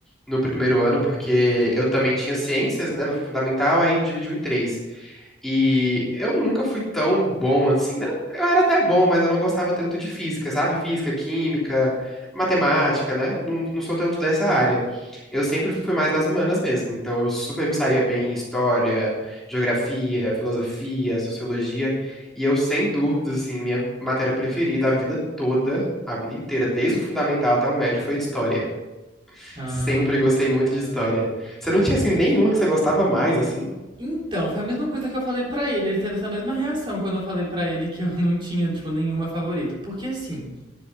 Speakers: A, in the centre; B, on the right.
A: No primeiro ano, porque eu também tinha ciências, né? No fundamental, aí dividiu em três. E eu nunca fui tão bom assim. né? Eu era até bom, mas eu não gostava tanto de física, sabe? Física, química, matemática, né? Não, não sou tanto dessa área. Eu sempre fui mais das humanas mesmo. Então eu super me saía bem em história, geografia, filosofia, sociologia. E eu, sem dúvidas, assim, minha matéria preferida a vida toda, a vida inteira, desde o fundamental até o médio, foi história.
B: Ah...
A: Sempre gostei muito de história. Você não tinha, assim, nenhuma que você gostava mais, assim?
B: Então, foi a mesma coisa que eu falei pra ele. Ele teve essa mesma reação quando eu falei pra ele que eu não tinha, tipo, nenhuma favorita. Porque assim,